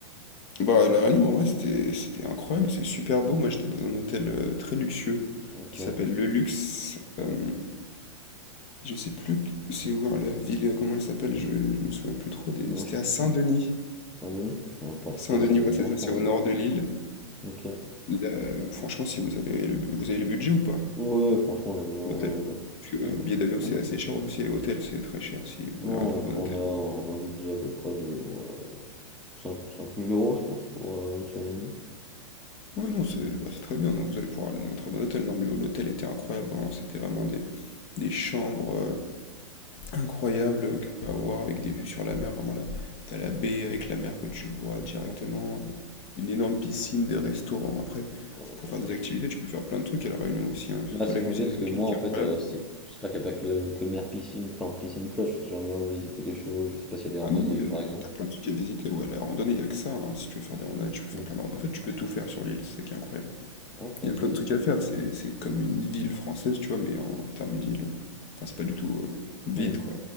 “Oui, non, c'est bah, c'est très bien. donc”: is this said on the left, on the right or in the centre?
Left